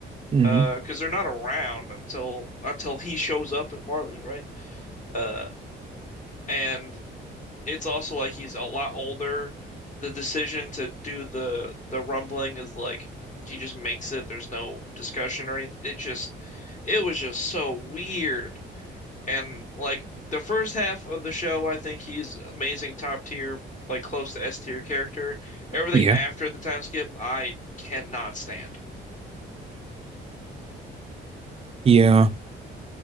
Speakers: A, on the right (about 30°); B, on the left (about 40°).
A: hmm
B: uh, because uh, they're not around until until he shows up at Marley, right? Uh, and it's also like he's a lot older. The decision to do the the rumbling is like he just makes it. There's no discussion or anything. It just it was just so weird. And like the first half of the show, I think he's amazing, top tier, like close to S tier character. Everything
A: Yeah.
B: after the time skip, I cannot stand.
A: Yeah.